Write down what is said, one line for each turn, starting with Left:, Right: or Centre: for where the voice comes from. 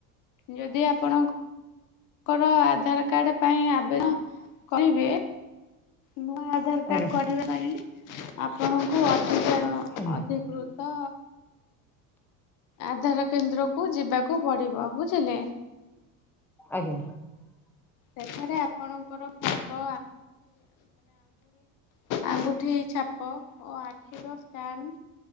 Left: ଯଦି ଆପଣଙ୍କ ତାଙ୍କର ଆଧାର କାର୍ଡ ପାଇଁ ଆବେଦନ କହିବେ ନୂଆ ଆଧାର କାର୍ଡ
Centre: ଆଜ୍ଞା
Left: କରିବା ପାଇଁ ଆପଣଙ୍କୁ ଅଧିକ ରୁ
Centre: ଆଜ୍ଞା
Left: ଅଧିକ ଆଧାର କେନ୍ଦ୍ରକୁୁ ଯିବାକୁ ପଡିବ। ଝିଲେ
Centre: ଆଜ୍ଞା
Left: ଏଠାରେ ଆପଣଙ୍କର ଫଟୋ ଆଙ୍ଗୁଠି ଛାପ ଓ ଆଖିର ସ୍କାନ